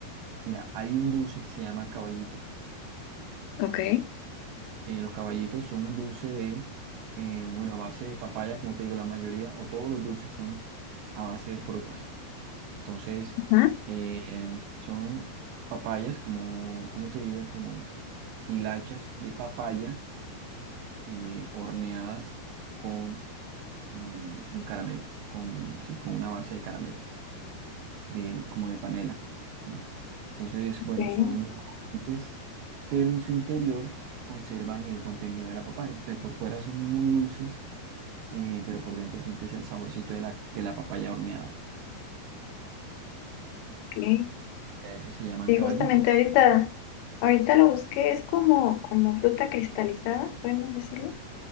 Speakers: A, on the right; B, on the left.
A: Mira, hay un dulce que se llama caballito.
B: Ok.
A: que los caballitos son un dulce de, eh, bueno, a base de papaya, como te digo, la mayoría o todos los dulces son a base de frutas. Entonces,
B: Ajá.
A: eh, son papayas como, ¿cómo te diría? Como hilachas de papaya eh, horneadas con eh, un caramelo, con, sí, con una base de caramelo, de, como de panela. ¿sí? Entonces, bueno,
B: Okay,
A: son crocantes, pero en su interior conservan el contenido de la papaya. Entonces, por fuera son muy dulces eh, pero por dentro sientes el saborcito de la, de la papaya horneada.
B: okay.
A: A eso se llaman
B: Sí,
A: caballitos.
B: justamente ahorita, ahorita lo busqué, es como, como fruta cristalizada, podemos decirlo.